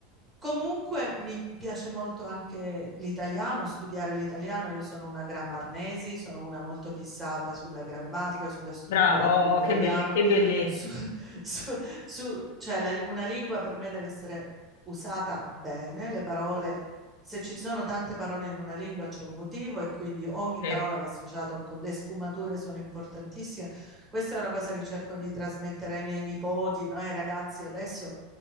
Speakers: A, on the right; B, on the left.
A: Comunque mi piace molto anche l'italiano, studiare l'italiano. Io sono una grammarnesi, sono una molto fissata sulla grammatica, sulla struttura
B: Bravo, oh,
A: dell'italiano.
B: che belle- che bellezza.
A: su- <laughs> su- su- cioè la li- una lingua per me deve essere usata bene, le parole, se ci sono tante parole in una lingua c'è un motivo e quindi ogni
B: Certo,
A: parola va associata a un, co- le sfumature sono importantissime. Questa è una cosa che cerco di trasmettere ai miei nipoti, no? Ai ragazzi adesso